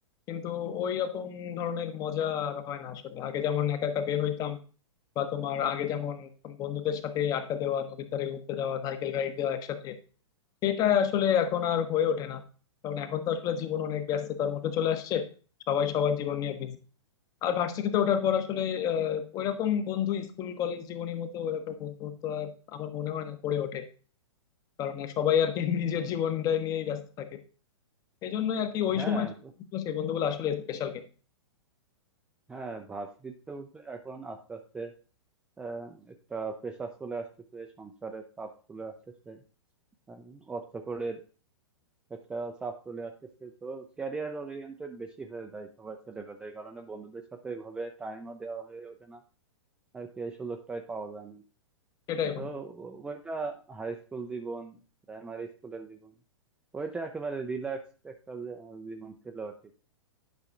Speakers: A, on the left; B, in the centre.
A: কিন্তু ওই রকম ধরনের মজা আর হয় না আসলে আগে যেমন একা একা বের হইতাম বা তোমার আগে যেমন বন্ধুদের সাথে আড্ডা দেওয়া নদীর ধারে ঘুরতে যাওয়া সাইকেল রাইড দেওয়া একসাথে সেটা আসলে এখন আর হয়ে ওঠে না কারণ এখন তো আসলে জীবন অনেক ব্যস্ততার মধ্যে চলে আসছে সবাই সবার জীবন নিয়ে বিজি আর ভার্সিটিতে ওঠার পর আসলে আহ, ওইরকম বন্ধু স্কুল কলেজ জীবনের মতো ওইরকম বন্ধুত্ব আর আমার মনে হয় না গড়ে ওঠে কারণ আর সবাই আর কি <laughs> নিজের জীবনটাই নিয়েই ব্যস্ত থাকে এই জন্যই আর কি ওই
B: হ্যাঁ
A: সময় যে
B: ব-
A: বন্ধুগুলো, সেই বন্ধুগুলো আসলে স্পেশাল কিন্তু
B: হ্যাঁ ভার্সিটিতে উঠলে এখন আস্তে আস্তে আহ, একটা প্রেশার চলে আসতেছে সংসারের চাপ চলে আসতেছে আহ, অর্থকড়ির একটা চাপ চলে আসতেছে তো ক্যারিয়ার ওরিয়েন্টেড বেশি হয়ে যায় সবার ছেলেপেলে এই কারণে বন্ধুদের সাথে ওইভাবে টাইমও দেওয়া হয়ে ওঠে না আর কি এই সুযোগটাই পাওয়া যায় না
A: সেটাই
B: তো
A: বন্ধু
B: ও- ওইটা হাই স্কুল জীবন প্রাইমারি স্কুলের জীবন ওইটা একেবারে রিল্যাক্স একটা যে- আহ, জীবন ছিল আর কি